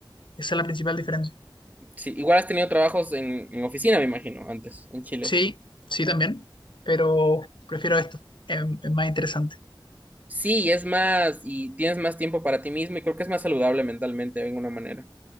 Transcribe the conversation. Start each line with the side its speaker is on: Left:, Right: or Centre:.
Left: esa es la principal diferencia.
Right: Sí, igual has tenido trabajos en, en oficina, me imagino, antes, en Chile.
Left: Sí, sí también, pero prefiero esto, es, es más interesante.
Right: Sí, es más, y tienes más tiempo para ti mismo y creo que es más saludable mentalmente de alguna manera.